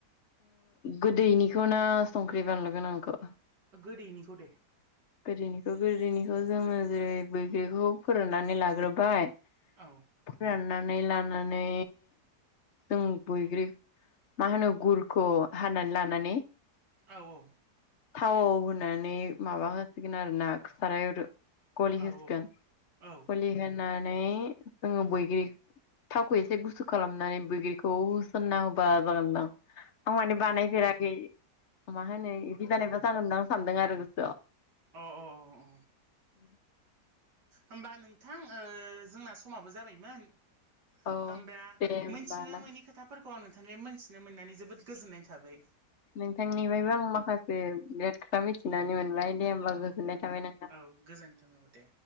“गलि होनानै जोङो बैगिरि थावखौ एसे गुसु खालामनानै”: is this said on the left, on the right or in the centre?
Left